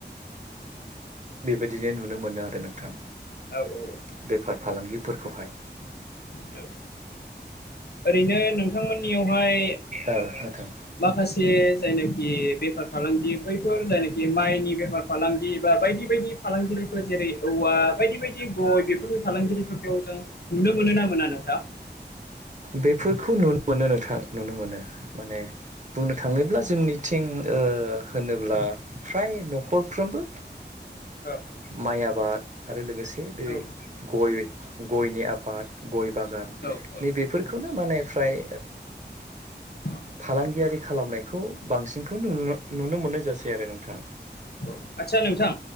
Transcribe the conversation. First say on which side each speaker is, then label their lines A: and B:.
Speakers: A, on the right; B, on the left.
A: बेबायदिनो नुनो मोनो आरो नोंथां
B: औ
A: बेफार फालांगिफोरखौहाय
B: औ ओरैनो नोंथांमोननियावहाय
A: औ नोंथां
B: माखासे जायनाखि बेफार फालांगि बैफोर जायनाखि माइनि बेफार फालांगि बा बायदि बायदि बायदि फालांगिरिफोर जेरै औवा बायदि बायदि गय बेफोरनि फालांगिरिफोरखौ जों नुनो मोनो मोनोना मोना नोंथां
A: बेफोरखौ नुनो मोनो नोंथां नुनो मोनो माने बुंनो थाङोब्ला जोंनिथिं होनोब्ला फ्राय न'खरफ्रोमबो
B: औ
A: माइ आबाद आरो लोगोसे बे
B: औ
A: गय गयनि आबाद गय बागान
B: औ औ
A: नैबेफोरखौनो माने फ्राय
B: औ
A: फालांगियारि खालामनायखौ बांसिनखौ नु नुनो मोननाय जासै आरो नोंथाङा
B: औ आदसा नोंथां